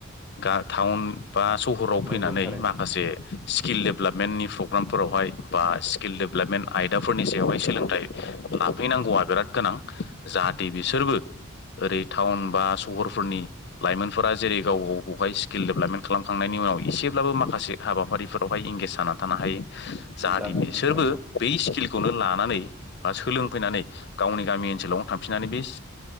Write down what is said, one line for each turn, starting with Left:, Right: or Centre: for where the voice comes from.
Left: गा टाउन बा सहराव
Centre: नंगौ
Left: फैनानै
Centre: थारैनो
Left: माखासे स्किल डेभेलपमेन्टनि प्रग्रामफोरावहाय बा स्किल डेभेलपमेन्ट आयदाफोरनि सायावहाय सोलोंथाइ लाफैनांगौआ बिराद गोनां जाहाथ बिसोरबो ओरै टाउन बा सहरफोरनि लाइमोन फोरफोरा जेरै गाव गाव गावहाय स्किल डेभेलपमेन्ट खालामखांनायनि उनाव इसेब्लाबो माखासे हाबाफारिफोर बावहाय इंगेज जानानै थानो हायो जाहाथे
Centre: जानानै
Left: बिसोरबो
Centre: नंगौ
Left: बै स्किलखौनो लानानै बा सोलोंफैनानै गावनि गामि ओनसोलावनो थांफिननानै बेस